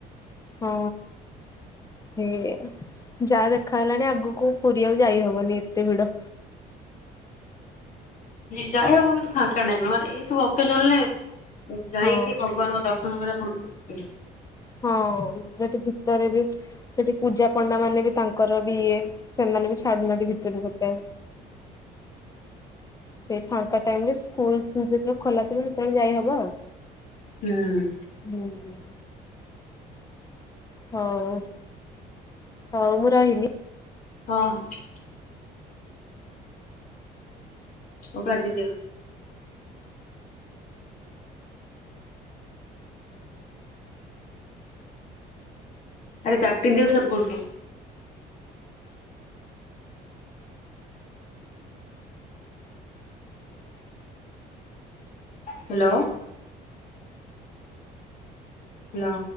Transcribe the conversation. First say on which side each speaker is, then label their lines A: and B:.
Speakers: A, on the left; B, on the left.
A: ହଁ ହେ ଯାହା ଦେଖା ହେଲାଣି, ଆଗକୁ ପୁରୀ ଆଉ ଯାଇ ହବନି ଏତେ ଭିଡ।
B: ଯାାଇ ହବ କିନ୍ତୁ ଫାଙ୍କା ନାହିଁ ମାନେ। ଏଇ ସପ୍ତ ଜଲେ। ଯାଇକି
A: ହଁ
B: ଭଗବାନଙ୍କ ଦର୍ଶନ କରିବା। <inaudible>
A: ହଁ ସେଠି ଭିତରେ ବି ସେଠି ପୂଜାପଣ୍ଡା ମାନେ ବି ତାଙ୍କର ବି ଇଏ ସେମାନେ ବି ଛାଡୁନାହାନ୍ତି ଭିତରୁ କେତେ? ସେ ଫାଙ୍କାଟାଇମରେ ସ୍କୁଲ ଯେତେବେଳେ ଖୋଲାଥିବ ସେତେବେଳେ ଯାଇହବ ଆଉ।
B: ହୁଁ।
A: ହୁଁ ଉ। ହଉ ହଉ ମୁଁ ରହିଲି।
B: ହଁ ହଁ। ହଉ କାଟି ଦିଅ। ଆରେ କାଟି ଦିଅ ସେପଟରୁ। ହାଲୋ। ହାଲୋ।